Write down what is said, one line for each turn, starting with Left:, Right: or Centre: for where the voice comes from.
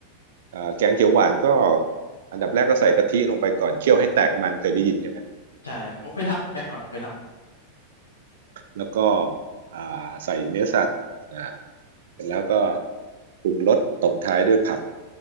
Right: อ่าแกงเขียวหวานก็อันดับแรกก็ใส่กะทิลงไปก่อนเคี่ยวให้แตกมันเคยได้ยินใช่ไหม
Left: ใช่ผมเคยทำแป้งข้าวหวานผมเคยทำ
Right: แล้วก็อ่าใส่เนื้อสัตว์อ่าเสร็จแล้วก็ปรุงรสตบท้ายด้วยผัก